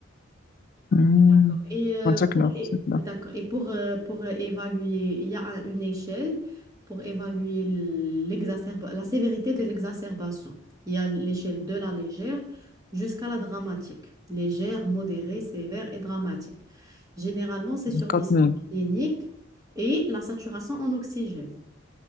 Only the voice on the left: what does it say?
امم
شكلها
شكلها
quatre
mille.